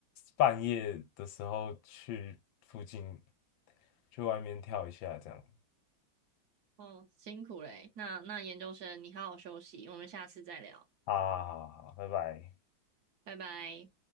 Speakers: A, on the left; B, on the right.
A: 半夜的时候去附近去外面跳一下这样。
B: 哦，辛苦嘞。那那研究生，你好好休息，我们下次再聊，
A: 好好好，好拜拜。
B: 拜拜。